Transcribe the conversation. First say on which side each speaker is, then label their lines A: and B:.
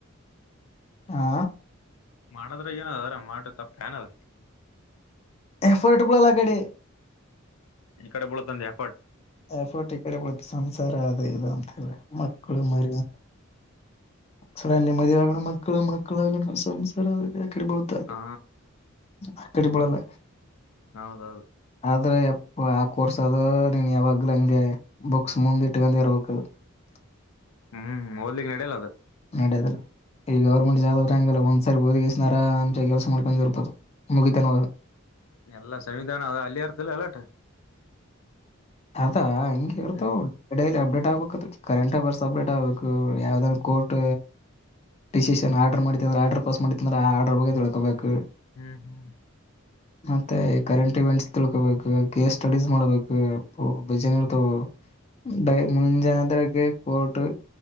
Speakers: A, on the left; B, on the left.
A: ಹಾ
B: ಮಾಡದ್ರ ಏನ ಅದ್ರ ಮಾಡೆ ತಪ್ಪ ಏನದ
A: ಎಫೋರ್ಟಬಲ್ ಅಲ್ಲ ಕಡೆ
B: ನಿನ್ ಕಡೆ ಬಳುಂದ್ಯಾ
A: ಆ ಪಫೋಟಿ ಕಡೆ ಬದುು ಸಂಸಾರ ಅದ ಇದು ಅಂತಲ್ಲ ಮಕ್ಕಳು
B: ಹ್ಮ್
A: ಮರಿಂತ ಅಕ್ಷರಲ್ಲಿ ಮದುವೆಗಣ ಮಕ್ಕಳು ಮಕ್ಕಳುಗಣ ಸಂಸಾರ ಅಡೆ ಬಳುತ್ತ
B: ಹಾ
A: ಅ ಕಡೆ ಬಳಲ್ಲ
B: ಹೌದೌದು
A: ಅ್ರೆಪ್ಪ ಆ ಕೋರ್ಸ್ ಅದು ನೀನ್ ಯಾವಾಗ್ಲ ಹಂಗೆ ಬುಕ್ಸ್ ಮುಂದ್ ಇಟ್ಕೊಂಡ ಇರ್ಬೇಕ <unintelligible>
B: ಹ್ಮ್ ರ್ಲಿಗ್ ನಡಲ ಅ
A: ನಡೆಯದಲ್ಲ ಈಗ ಗೌರ್ಮೆಂಟ್ ಜಾಬ್ ಅತ್ರ ಹಂಗಲ್ಲ ಒಂದ್ಸರಿ ಓದಗಿಸಸನಾರ ಅಂಚ ಕೆಲಸ ಮಾಡ್ಕೊಂಡು ಜರ್ಪದು ಮುಗಿತಾನ
B: ಎಲ್ಲಾ ಸಂವಿಧಾನ ಅ ಅಲ್ಲಿ ಅರ್ತಲ್ಲ ಅಲಟ
A: ಅದಾ ಹಂಗಗೆ ಇರ್ತಾವಡೈಲಿ
B: ಹ್ಮ್
A: ಹಬ್ಬ ಅಪ್ಡೇಟ್ ಆಗ್ಬೇಕ ಕರೆಂಟ್ ಅಫೇರ್ಸ್ ಅಪ್ಡೇಟ್ ಆಗ್ಬೇಕು ಯಾವ್ದ್ ಕೋರ್ಟ್ ಡಿಸಿಿಷನ್ ಆರ್ಡರ್ ಮಾಡಿದ್ದ ಅಂದ್ರ ಆರ್ಡರ್ ಪಸ್ ಮಾಡತ್ತು ಅಂದ್ರ ಆರ್ಡರ್ ಬಗ್ಗೆ ತಿಳ್ಕೋಬೇಕು
B: ಹ್ಮ್ ಹ್ಮ್
A: ಮತ್ತೆ ಕರೆಂಟ್ ಇವೆಂಟ್ಸ್ ತಿಳ್ಕೊಬೇಕು ಕೇಸ್ ಸ್ಟಡೀಸ್ ಮಾಡ್ಬೇಕು ಬಜನರ್ತೈ ಮುಂಜನತೆೆ ಕೋಟ್ಟ